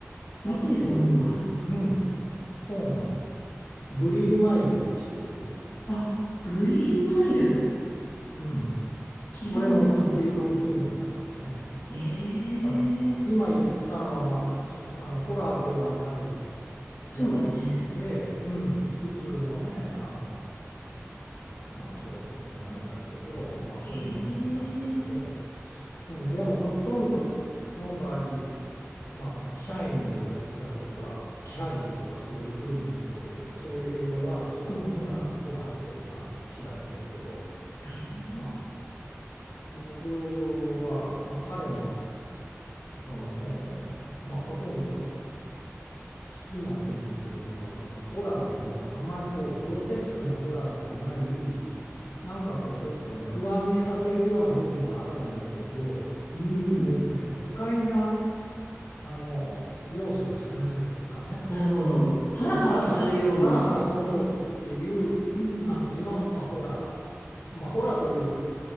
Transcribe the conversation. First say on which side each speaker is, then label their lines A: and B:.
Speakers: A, on the left (about 80°); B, on the left (about 45°).
A: あとはね、
B: 見ているものもあるんだ。
A: うん、そうなの。グリーンマイルって知ってる
B: あ、グリーンマイル。
A: うん。
B: 聞いたことがあるな。
A: それもスティーブン・キングなのよね。
B: ええ
A: だから今言ったのは、まあ、そあのホラーではないやつで、
B: そうだね。
A: うん、普通のね、あの、まあ、小説なんだけど、まあ、それが元になってて、
B: へえ、
A: うん、でもほとんどの場合、まあ、シャイニングだ、だとか、キャリーとか、そういう古いところで言った、そういう映画はちょっとホラー、
B: ほうほ
A: ホラーで、まあ、知られてるけど、
B: う。え
A: まあ、僕は、まあ、彼のその本、まあ、ほとんど、好きな点っていうのはそのホラーでもあまりこうグロテスクなホラーじゃないなんかこうちょっとね不安にさせるような部分はあるんだけど
B: うん。
A: そういうね不快なあの要素が少ないというかね
B: なるほど。ハラハラするような。
A: こうハラハラハラハラドキドキっていう感じの、
B: うん。
A: まあ、ホラー、まあ、ホラーという